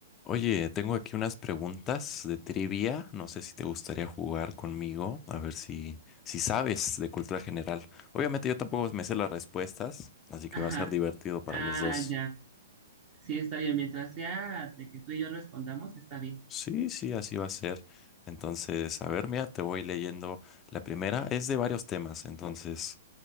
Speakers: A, on the left; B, on the right.
A: Oye, tengo aquí unas preguntas de trivia. No sé si te gustaría jugar conmigo, a ver si, si sabes de cultura general. Obviamente yo tampoco me sé las respuestas, así que
B: Ajá,
A: va a ser divertido para
B: ah,
A: los dos.
B: ya, sí, está bien. Mientras sea de que tú y yo respondamos, está bien.
A: Sí, sí, así va a ser. Entonces, a ver, mira, te voy leyendo. La primera es de varios temas, entonces